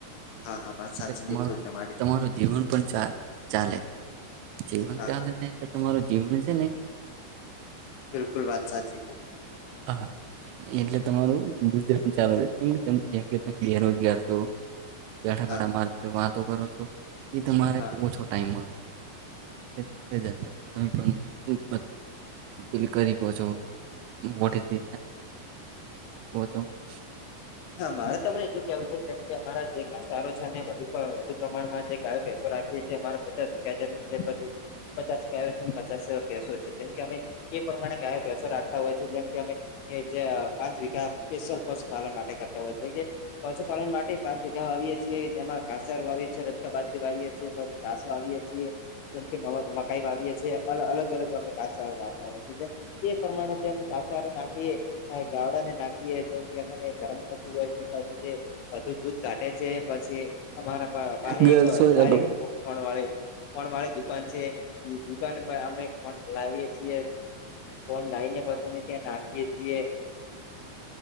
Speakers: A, on the left; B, on the right.
A: હા હા વાત
B: એટલે
A: સાચી
B: તમારું
A: બિલકુલ તમારી
B: તમારું જીવન પણ ચા ચાલે છે જીવન
A: હા
B: ચાલે
A: હા
B: છે તો તમારું જીવન છે ને
A: બિલકુ વાત સાચી છે
B: હા <unintelligible> <inaudible> એટલે તમારું ગુજરાત ચા કેમ જેમ કે તમે બેરોજગાર છો બેઠા
A: હા
B: ગાઠા મા વાતો કરો છો એ તમારે
A: હા
B: ઓછો ટાઈમ મળે તમે પણ બધુંલ કરી છો વટઇ તો <unintelligible> <inaudible>
A: હા મારે તમને એટલું કેવું છે કેમ કે અમારા જે ઘસ્તારો છે અમેુ પ્રમાણમાં જે ગાયો પસો રાખીએ છીએ એમારે પચાસ ગાય જમીન છેી પચાસ ગાયો છે પચાસ પસો છે જેમ કે અમે એ પ્રમાણે કયાસો રાખતા હોય છે જેમ કે અમે એ જે પાંચ વઘા કેસર પશુપાલન માટે કરતા હોય છે કે પશુપાલન માટે પાંચ વિઘા આવીએ છીએ જેમાં કાસારો વાએ છએ રગ બાજરી વાએ છીએ કસો આવીીએ છીએ જેમકે મકાઈ વાવીીએ છીએ અલગ અલગ ગમે કાાસ વાતા હોય છે જે એ પ્રમાણે જે કાાસાર નાખીએ ગાવડા ને નાખીએ જેમ કે અમને ગરમ થતું હોય છે પછી જે વધુ દૂધ કાટે છે પછી અમારા પાસે
B: ગર્લ્સ
A: એક
B: હોય
A: સારી
B: હલો
A: ખોકણ વાે ફડ વાળી દુકાન છે દુકાન પર અમે ફડ લાવીએ છીએ ફોન લઈને પણ અમે ત્યાં નાખીએ છીએ